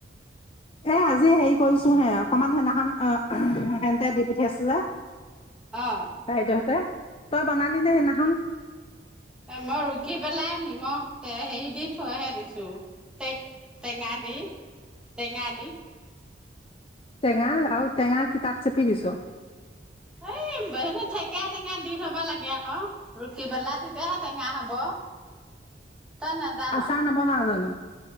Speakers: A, on the left; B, in the centre.
A: এ আজি হেৰি কৰিছো হে অকমান সেনাখন হেন্তে দি পঠিয়াইছিলে
B: অ
A: বাইদেউহঁতে, তই বনালি নে সেইদিনাখন
B: এ মই ৰুকি পেলাই নিমখ তেল হেৰি দি থৈহে দিছোঁ তেঙা দি তেঙা দি
A: টেঙা আও টেঙা কি তাত চেপি দিছ
B: এই সেইটো থেকেৰা টেঙা দি থব লাগে আকৌ ৰুকি পেলাই তেতিয়াহে তেঙা হ'ব। তই নাজান
A: আচাৰ নৱনাও জানো।